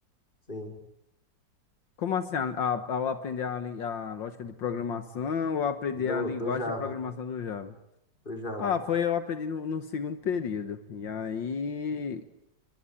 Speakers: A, on the left (about 25°); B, on the left (about 75°).
A: Sim,
B: Como assim? A- a- Ao aprender a, li- a lógica de programação ou aprender
A: do,
B: a linguagem
A: do Java,
B: de programação do Java?
A: do Java.
B: Ah, foi eu aprendi no, no segundo período. E aí